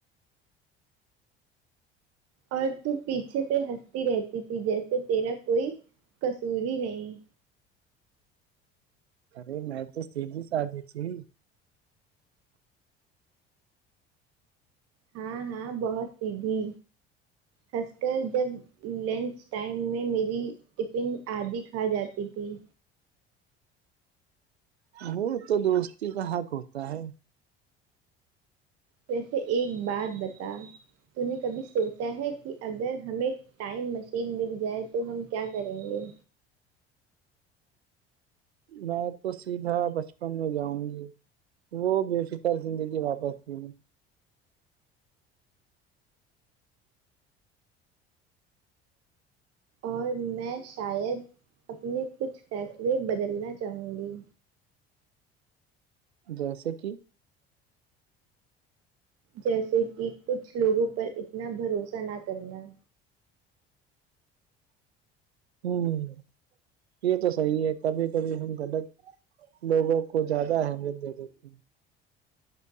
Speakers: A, on the right; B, on the right.
A: اور تو پیچھے سے ہنستی رہتی تھی جیسے تیرا کوئی قصور ہی نہیں
B: ارے میں تو سیددھی سادھی تھی
A: ہاں ہاں بہت سیدھی خاص کر جب لنچ ٹائم میں میری ٹفن آدھی کھا جاتی تھی
B: وہ تو دوستی کا حق ہوتا ہے
A: ویسے ایک بات بتا تو نے کبھی سوچا ہے کہ اگر ہمیں ٹائم مشین مل جائے تو ہم کیا کریں گے
B: میں تو سیدھا بچپن میں جاؤں گی وہ بے فکر زندگی واپس جینے
A: اور میں شاید اپنے کچھ فیصلے بدلنا چاہوں گی
B: جیسے کہ
A: جیسے کہ کچھ لوگوں پر اتنا بھروسہ نہ کرنا
B: ہوں یہ تو صحیح ہے کبھی کبھی ہم غلط لوگوں کو زیادہ اہمیت دے دیتے ہیں